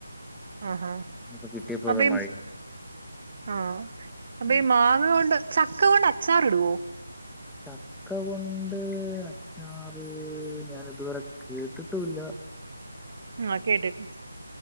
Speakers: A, on the right (about 45°); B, in the centre.
A: ആഹ ആഹാ
B: ഇപ്പൊ കിട്ടിയപ്പോ
A: അപ്പം
B: ഇതാ
A: ഈ
B: മഴയും
A: മുസ് ആഹ അപ്പൊ
B: ഉം
A: ഈ മാങ്ങ കൊണ്ട് ചക്ക കൊണ്ട് അച്ചാറി ഇടുവോ.
B: ചക്ക കൊണ്ട് അച്ചാറ് ഞാൻ ഇതുവരെ കേട്ടിട്ടുല്ല.
A: ആ കേട്ടിട്ടില്ല.